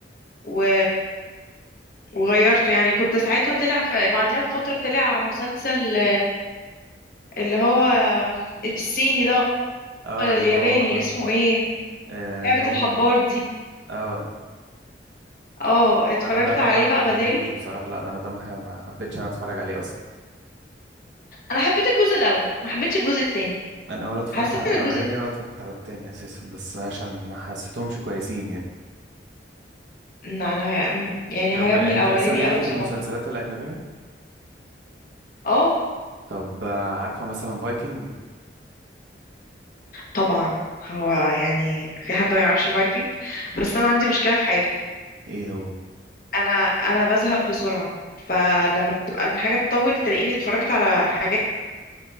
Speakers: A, on the left; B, on the right.
A: و... وغيرته يعني كنت ساعتها طلع ف... بعدها بفترة طلع مسلسل اللي هو الصيني ده
B: اه
A: ولا
B: اللي
A: الياباني
B: هو
A: اسمه ايه
B: آه
A: لعبة
B: اللي هم
A: الحبار دي
B: اه
A: اه اتفرجت
B: انا ده بقى
A: عليه
B: ما
A: بقى
B: حبيتهوش
A: بداله
B: بصراحه لا ده انا ده ما ح- ما حبيتش انا اتفرج عليه اصلا
A: انا حبيت الجزء الاول ما حبيتش الجزء التاني
B: انا ولا اتفرجت
A: حسيت
B: على
A: ان
B: الاولاني
A: الجزء
B: ولا اتفرجت على التاني اساسا بس عشان ما حسيتهمش كويسين يعني
A: لا انا هي... م- يعني
B: طب
A: عجبني
B: انت
A: الاولاني
B: اصلا ليكي
A: قوي بصراحة
B: في المسلسلات الاجنبيه
A: اه
B: طب آه، عارفه مثلا فايكنج
A: طبعا هو يعني في حد ما يعرفش فايكنج بس انا عندي مشكلة في حاجة
B: ايه هو
A: انا انا بزهق بسرعة فلما بتبقى الحاجة تطول تلاقيني اتفرجت على حاجات